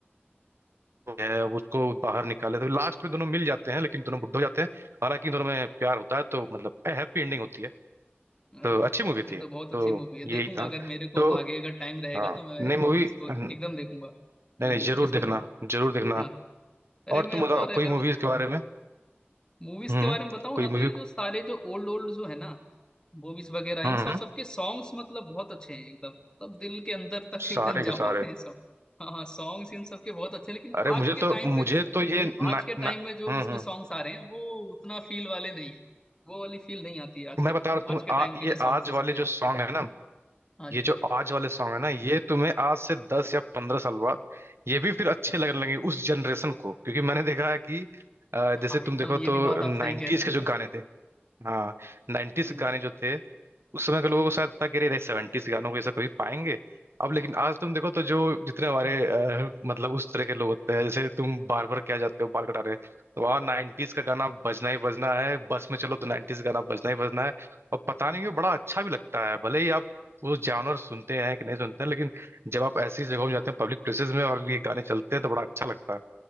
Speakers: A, on the right; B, on the left.
A: है वो उसको बाहर निकाले तो लास्ट में दोनों मिल जाते हैं लेकिन दोनों बुड्ढे हो जाते हैं हालांकि इन दोनों में प्यार होता है तो मतलब हैप्पी एंडिंग होती है
B: <laughs> अरे
A: तो
B: यार
A: अच्छी मूवी
B: तो फिर
A: थी
B: तो बहुत
A: तो
B: अच्छी मूवी है
A: यही
B: देखूंगा
A: था
B: अगर मेरे को
A: तो
B: आगे अगर टाइम रहेगा
A: हाँ
B: तो मैं
A: नई मूवी
B: इसको
A: नहीं
B: एकदम देखूंगा
A: नहीं
B: मूवी को
A: जरूर
B: इस
A: देखना
B: मूवी को
A: जरूर देखना
B: हाँ अरे
A: और
B: मैं
A: तुम
B: और
A: बताओ
B: अगर
A: कोई मूवीज
B: बत-
A: के बारे
B: हाँ
A: में
B: मूवीज
A: हम्म
B: के बारे में बताऊं ना
A: कोई
B: तो
A: मूवी
B: ये जो सारे जो ओल्ड ओल्ड जो है ना मूवीज वगैरह
A: हम्म
B: इन सब सबके सॉन्ग्स मतलब बहुत अच्छे हैं एकदम मतलब दिल के अंदर तक
A: सारे
B: एकदम
A: के
B: जा
A: सारे
B: पाते हैं सॉन्ग हाँ हाँ सॉन्ग्स इन सबके बहुत अच्छे हैं लेकिन
A: अरे
B: आज
A: मुझे
B: के
A: तो
B: टाइम में
A: मुझे तो ये ना,
B: आज के
A: ना,
B: टाइम में जो
A: हम्म
B: उसमें
A: हम्म
B: सॉन्ग्स आ रहे हैं वो उतना फील वाले नहीं है वो वाली फील नहीं आती है आज
A: मैं
B: के
A: बता रहा हूँ तुम्हें
B: आज के
A: आ,
B: टाइम
A: ये
B: के जो
A: आज
B: सॉन्ग्स है
A: वाले
B: सुन रहे
A: जो सॉन्ग है ना
B: हो हाँ
A: ये
B: जी
A: जो आज वाले सॉन्ग है ना ये तुम्हें आज से दस या पंद्रह साल बाद ये भी फिर अच्छे लगने लगेंगे उस जनरेशन को क्योंकि मैंने देखा है कि अ,
B: हाँ
A: जैसे तुम
B: एकदम
A: देखो
B: ये
A: तो
B: भी बात आप
A: नाइन्टीज
B: सही कह रहे हैं
A: के जो गाने थे हाँ नाइन्टीज
B: हाँ,
A: गाने जो थे उस समय के लोगों को शायद था कि अरे सेवेंटीज गानों को ये सब कभी पाएंगे अब लेकिन आज तुम देखो तो जो जितने हमारे अ, मतलब उस तरह के लोग होते हैं जैसे तुम बार बार क्या जाते हो बाल कटाने तो वहाँ नाइन्टीज का गाना बजना ही बजना है बस में चलो तो नाइन्टीज गाना बजना ही बजना है और पता
B: हाँ।
A: नहीं क्यों बड़ा अच्छा भी लगता है भले ही आप वो जानवर सुनते हैं कि नहीं सुनते हैं लेकिन जब आप ऐसी जगहों में जाते हैं पब्लिक प्लेसेस में और ये गाने चलते हैं तो बड़ा अच्छा लगता है